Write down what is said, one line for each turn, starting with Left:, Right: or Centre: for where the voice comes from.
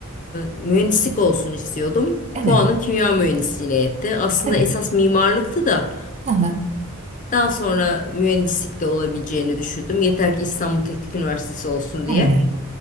Left: mühendislik olsun istiyordum.
Right: Evet.
Left: Puanım kimya mühendisliğine yetti. Aslında
Right: Evet.
Left: esas mimarlıktı da
Right: hı
Left: daha sonra mühendislik de olabileceğini düşündüm. Yeter ki İstanbul Teknik Üniversitesi olsun
Right: Evet.
Left: diye.